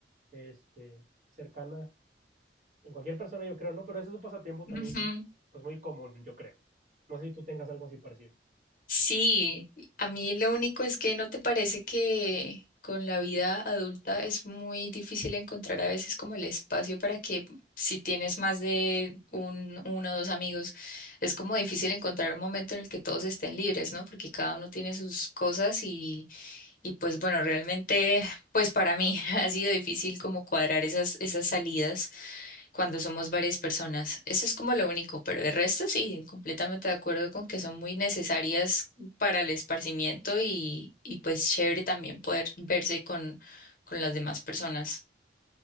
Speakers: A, on the right; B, on the left.
A: este, cercana en cualquier persona, yo creo, ¿no? Pero ese es un pasatiempo también,
B: Ujú.
A: pues muy común, yo creo. No sé si tú tengas algo así parecido.
B: Sí, a mí lo único es que no te parece que con la vida adulta es muy difícil encontrar a veces como el espacio para que si tienes más de un, uno o dos amigos, es como difícil encontrar un momento en el que todos estén libres, ¿no? Porque cada uno tiene sus cosas y, y pues bueno, realmente, pues para mí <laughs> ha sido difícil como cuadrar esas, esas salidas cuando somos varias personas. Eso es como lo único, pero el resto sí, completamente de acuerdo con que son muy necesarias para el esparcimiento y, y pues chévere también poder verse con, con las demás personas.